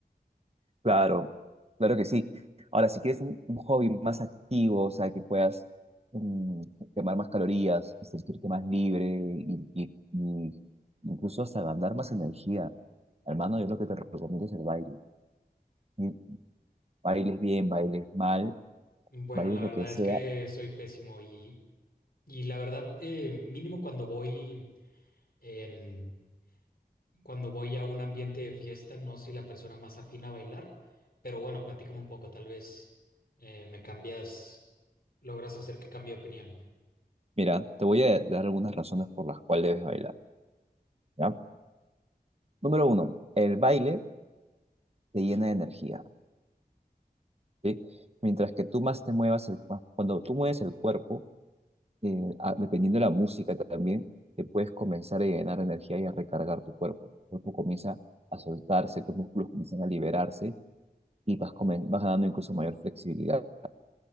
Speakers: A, on the right; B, on the left.
A: Claro, claro que sí. Ahora, si quieres un, un hobby más activo, o sea, que puedas mm, quemar más calorías y sentirte más libre y, y- y incluso hasta ganar más energía, hermano, yo lo que te recomiendo es el baile. Mm, Bailes bien, bailes mal,
B: Bueno,
A: bailes
B: la
A: lo
B: verdad
A: que sea,
B: es que soy pésimo y, y la verdad, eh, mínimo cuando voy en, Cuando voy a un ambiente de fiesta, no soy la persona más afín a bailar, pero bueno, platícame un poco, tal vez eh, me cambias, logras hacer que cambie de opinión.
A: Mira, te voy a dar algunas razones por las cuales debes bailar, ¿ya? Número uno, el baile te llena de energía, ¿sí? Mientras que tú más te muevas, el, más- cuando tú mueves el cuerpo, eh, a- dependiendo de la música también, te puedes comenzar a llenar de energía y a recargar tu cuerpo. Tu cuerpo comienza a soltarse, tus músculos comienzan a liberarse y vas, comen- vas ganando incluso mayor flexibilidad.